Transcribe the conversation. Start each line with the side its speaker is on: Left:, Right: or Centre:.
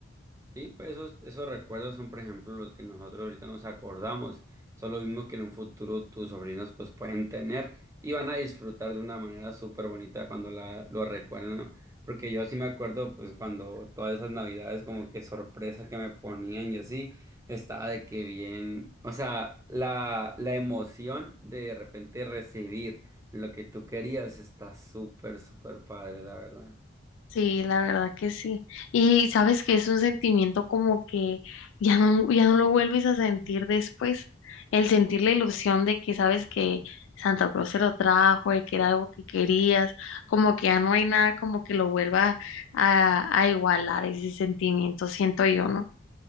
Right: Sí, pues esos, esos recuerdos son, por ejemplo, los que nosotros ahorita nos acordamos. Son los mismos que en un futuro tus sobrinos pues pueden tener y van a disfrutar de una manera súper bonita cuando la, lo recuerden, ¿no? Porque yo sí me acuerdo pues cuando todas esas navidades como que sorpresas que me ponían y así, estaba de que bien, o sea, la, la emoción de de repente recibir lo que tú querías está súper, súper padre, la verdad.
Left: Sí, la verdad que sí. Y sabes que es un sentimiento como que ya no, ya no lo vuelves a sentir después. El sentir la ilusión de que sabes que Santa Cruz se lo trajo, de que era algo que querías, como que ya no hay nada como que lo vuelva a, a igualar ese sentimiento, siento yo, ¿no?